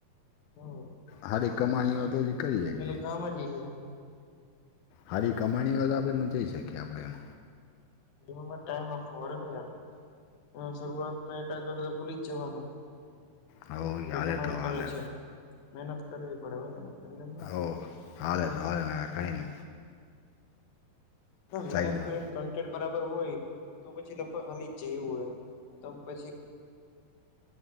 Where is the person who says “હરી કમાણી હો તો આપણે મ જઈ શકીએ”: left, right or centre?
Left